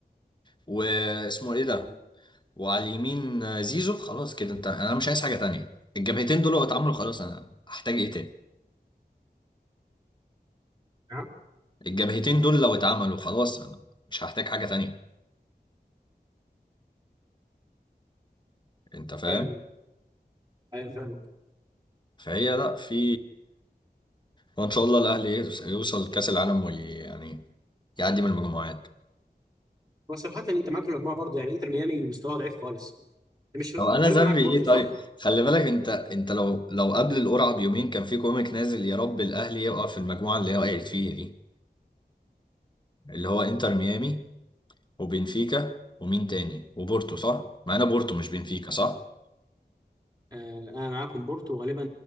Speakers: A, on the left; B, on the right.
A: واسمه ايه
B: مم.
A: ده وعلى اليمين زيزو خلاص كده انت انا مش عايز حاجة تانية الجبهتين دول لو اتعملوا خلاص انا هحتاج ايه تاني
B: نعم
A: الجبهتين دول لو اتعملوا خلاص انا مش هحتاج حاجة تانية انت فاهم
B: فعلا ايوه فعلا
A: فهي لا في وان شاء الله الاهلي يوص- يوصل كاس العالم وي يعني يعدي من المجموعات
B: هو صراحة انت معاك الاربعة برضه يعني انتر ميامي مستواه ضعيف خالص أنت مش غالبا
A: او انا ذنبي
B: معاك
A: ايه
B: بورتو
A: طيب
B: صح؟
A: خلي بالك انت انت لو
B: آه
A: لو قبل القرعه بيومين كان في كوميك نازل يا رب الاهلي يقع في المجموعه اللي هي وقعت فيها دي اللي هو انتر ميامي وبنفيكا ومين تاني وبورتو صح معانا بورتو مش بنفيكا صح
B: انا معاكم بورتو وغالبا